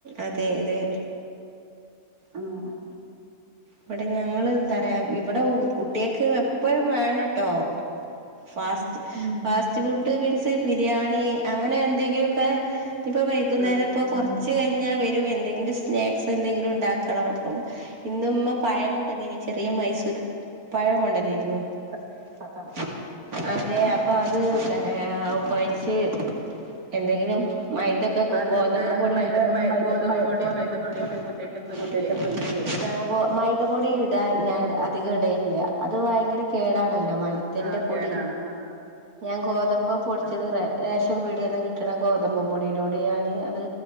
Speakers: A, on the right; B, on the right.
A: അതെ അതെ ആഹ് ഇവിടെ ഞങ്ങള് എന്താറയാ ഇവിടെ കുട്ടികക്ക് എപ്പഴും വേണട്ടോ fast
B: ഉം
A: fast food means biryani അങ്ങനെ എന്തെങ്കിലുക്കെ ഇനിപ്പോ വൈകുന്നേരം
B: ആഹ്
A: ഇപ്പോ കുറച്ച് കഴിഞ്ഞാ വരും എന്തെങ്കിലും സ്നാക്സ് എന്തെങ്കിലും ഉണ്ടാക്കണം അപ്പം ഇന്നുമ്മ പഴം കൊണ്ടന്നിന് ചെറിയ മൈസൂർ പഴം കൊണ്ടന്നിരുന്നു ആഹ് പറഞ്ഞോ അതെ അപ്പൊ അത് തെരാ കൊയച്ച് എന്തെങ്കിലും മൈദ ഗോ
B: അതെന്ത്
A: ഗോതമ്പ്
B: ന്ന്
A: പൊടി
B: മൈദ
A: ഇട്ട്
B: മൈ
A: മൈദ
B: ഗോതമ്പ്
A: മൈ
B: പൊടിയോ
A: ഗോതമ്പ്
B: മൈദപ്പൊടിയോ
A: പൊടിയോ
B: എല്ലാം
A: മൈതപ്പൊടിയും
B: കൂട്ടിയിട്ട് പൊരിക്കേ
A: കുട്ടിട്ട് പൊരി ക്യാ റ്റാഗോ മൈദപ്പൊടി ഇടാൻ ഞാൻ അധികം ഇടലില്ല അത് ഭയങ്കര കേടാണല്ലോ മൈത്തിന്റെ
B: ആഹ്
A: പൊടി
B: കേടാണ് ആഹ്
A: ഞാൻ ഗോതമ്പ് പൊടിച്ചത്
B: ആഹ്
A: റേ റേഷൻ പിടികെന്നു കിട്ടണ ഗോത ഗോതമ്പപൊടിയിലൊടെ ഞാന് അത്